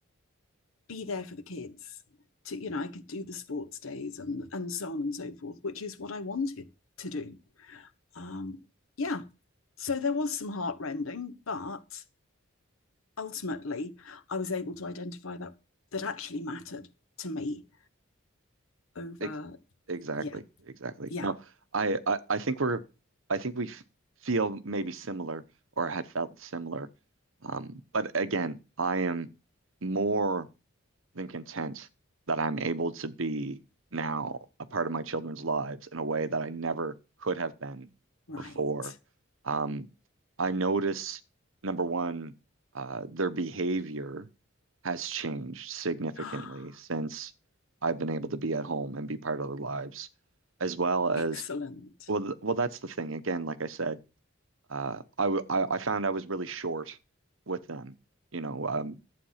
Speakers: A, on the left; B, on the right.
A: be there for the kids to you know i could do the sports days and and so on and so forth which is what i wanted to do um yeah so there was some heartrending but ultimately i was able to identify that that actually mattered to me over
B: ex exactly,
A: yeah
B: exactly.
A: yeah
B: No, I, I I think we're I think we f feel maybe similar or had felt similar. Um, but again, I am more than content that I'm able to be now a part of my children's lives in a way that I never could have been
A: right
B: before. Um, I notice, number one, uh, their behavior has changed significantly
A: <gasps>
B: since I've been able to be at home and be part of their lives, as well as,
A: excellent
B: well, th well, that's the thing. Again, like I said, uh, I, w- I I found I was really short with them. You know, um,